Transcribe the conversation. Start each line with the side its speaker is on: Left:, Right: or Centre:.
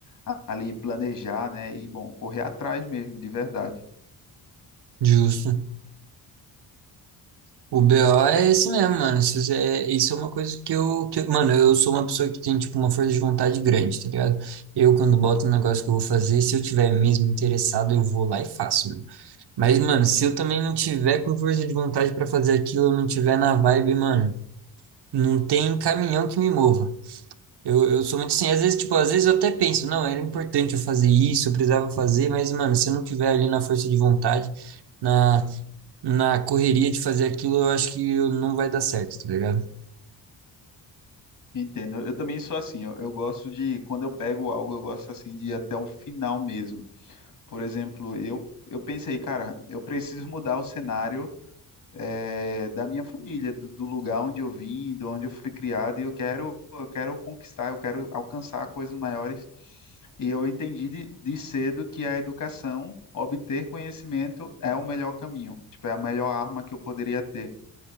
Left: a- ali planejar, né? E bom, correr atrás mesmo, de verdade.
Right: Justo. O BO é esse mesmo, mano. Isso é, isso é uma coisa que eu, que, eu- mano, eu sou uma pessoa que tem, tipo, uma força de vontade grande, tá ligado? Eu, quando boto um negócio que eu vou fazer, se eu tiver mesmo interessado, eu vou lá e faço, mano. Mas, mano, se eu também não tiver com força de vontade pra fazer aquilo, eu não tiver na vibe, mano, não tem caminhão que me mova. Eu, eu sou muito assim, às vezes, tipo, às vezes eu até penso, não, era importante eu fazer isso, eu precisava fazer, mas, mano, se eu não tiver ali na força de vontade, na na correria de fazer aquilo, eu acho que eu- não vai dar certo, tá ligado?
Left: Entendo. Eu também sou assim. Eu, eu gosto de quando eu pego algo, eu gosto assim de ir até o final mesmo. Por exemplo, eu, eu pensei, cara, eu preciso mudar o cenário eh, da minha família, do, do lugar onde eu vim, de onde eu fui criado, e eu quero, eu quero conquistar, eu quero alcançar coisas maiores. E eu entendi de, de cedo que a educação, obter conhecimento, é o melhor caminho, tipo, é a melhor arma que eu poderia ter.